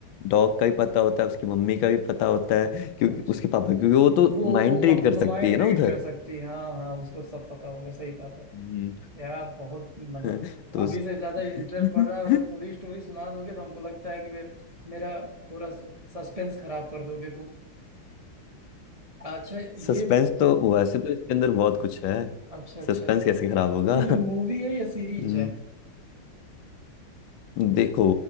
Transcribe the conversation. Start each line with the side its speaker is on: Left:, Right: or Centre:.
Left: डॉग का भी पता होता है उसकी मम्मी का भी पता होता है क्योंकि
Right: अच्छा
Left: उसके पापा क्योंकि वो तो
Right: वो
Left: माइंड
Right: वो
Left: रीड कर सकती
Right: माइंड
Left: है ना
Right: रीड
Left: उधर
Right: कर सकती है हाँ हाँ उसको सब पता होगा सही बात है
Left: हम्म,
Right: यार बहुत मतलब
Left: <laughs> तो
Right: अभी
Left: उस...
Right: से ज्यादा
Left: <laughs>
Right: इंटरेस्ट बढ़ रहा है अगर पूरी स्टोरी सुना दोगे तो हमको लगता है कि फिर मेरा थोड़ा सस्पेंस खराब कर दोगे तुम अच्छा
Left: सस्पेंस
Right: ये
Left: तो वैसे तो इसके अंदर बहुत कुछ है
Right: अच्छा अच्छा
Left: सस्पेंस कैसे
Right: ये-
Left: खराब होगा
Right: तो ये मूवी है या सीरीज
Left: हम्म,
Right: है
Left: देखो